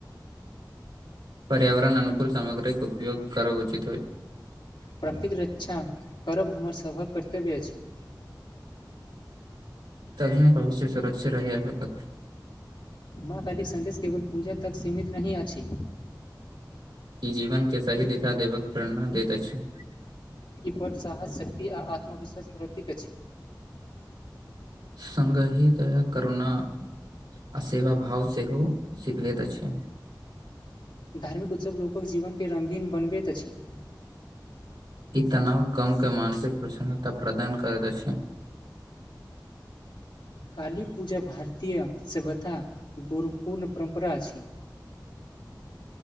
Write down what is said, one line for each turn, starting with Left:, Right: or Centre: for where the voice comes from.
Right: पर्यावरण अनुकूल सामग्रीक उपयोग करब उचित होइत
Left: प्रकतिक रक्षा करब हमर सभक कर्तव्य अछि
Right: तही मे भविष्य सुरक्षित रहहिएत
Left: माँ कालिक सन्देश केवल पूजा तक सीमित नहि अछि
Right: ई जीवन के सही दिशा देवक प्रेरणा देत अछि
Left: ई पर्व साहस शक्ति आ आत्मविश्वास प्रतीक अछि
Right: संगही दया करुणा आ सेवा भाव सेहो सिखबति अछि
Left: धार्मिक उत्सव लोकक जीवन के रंगीन बनबति अछि
Right: ई तनाव कम के मानसिक प्रसन्नता प्रदान करति अछि
Left: काली पूजा भारतीय सभ्यता गौरवपूर्ण परम्परा अछि